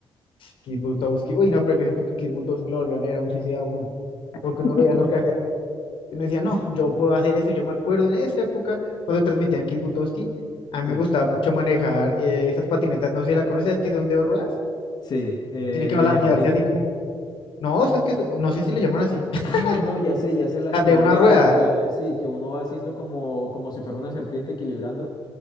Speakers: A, on the left; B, on the left.
A: Kit Butowski. Uy, no, pero yo siento que Kit Butowski lo volvían a ver a un suicida uno. Porque
B: <laughs>
A: uno veía lo que hacía. Y uno decía, no, yo puedo hacer eso. Y yo me acuerdo en esa época, cuando transmitían Kit Butowski, a mí
B: Sí.
A: me gustaba mucho manejar eh, esas patinetas. No sé si la conoces, que son de dos ruedas.
B: Sí, eh,
A: Tiene que Sí,
B: monopatín.
A: sí, las de balancearse así conozco. como. No, o sea, es que son- no sé si le llaman así. <laughs>
B: Ah, no, ya sé, ya sé las
A: Las
B: que
A: de
B: uno,
A: una Sí, rueda.
B: la,
A: sí.
B: la- sí, que uno va haciendo como, como si fuera una serpiente equilibrando.